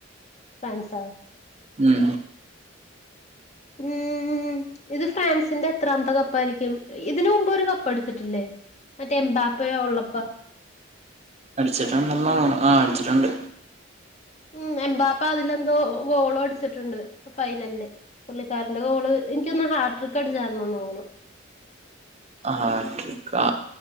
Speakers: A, on the left; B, on the right.
A: ഫ്രാൻസൊ
B: ഉം
A: ഉമ്മ്മ്മ്മ് ഇത് ഫ്രാൻസിന്റെ എത്രാമത്തെ കപ്പായിരിക്കും ഇതിന് മുമ്പ് ഒരു കപ്പ് അടിച്ചിട്ടില്ലേ മറ്റെ എമ്പാപ്പ ഉള്ളപ്പ
B: അടിച്ചിട്ടുണ്ടല്ലോ ആ അടിച്ചിട്ടുണ്ട്
A: ഉം എമ്പാപ്പ അതിലെന്തോ ഗോളോ അടിച്ചിട്ടുണ്ട് ഫൈനലില് പുള്ളിക്കാരൻന്റെ കോോള് എനിക്കൊന്ന് ഹാർ് ടിക്ക് അടിച്ചായിരുന്നന്നോന്നണ്
B: ഹാട്രിക്ക് ആ